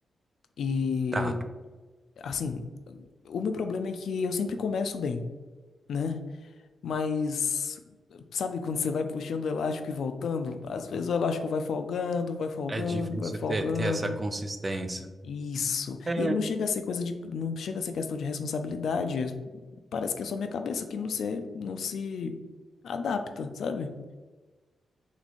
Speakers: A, on the left; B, on the right.
A: E,
B: Tá.
A: assim, o meu problema é que eu sempre começo bem, né? Mas, sabe, quando você vai puxando o elástico e voltando, às vezes o elástico vai folgando, vai folgando,
B: É difícil
A: vai folgando.
B: ter, ter essa consistência.
A: Isso.
B: É.
A: E aí não chega a ser coisa de, não chega a ser questão de responsabilidade. é- Parece que é só minha cabeça que não se, não se adapta, sabe?